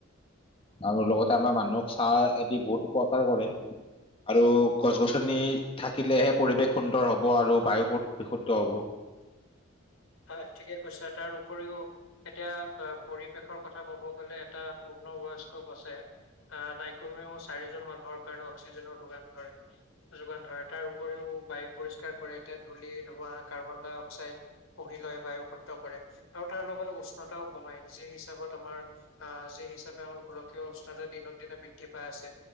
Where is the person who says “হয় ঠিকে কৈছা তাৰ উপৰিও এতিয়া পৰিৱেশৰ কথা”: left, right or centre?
Left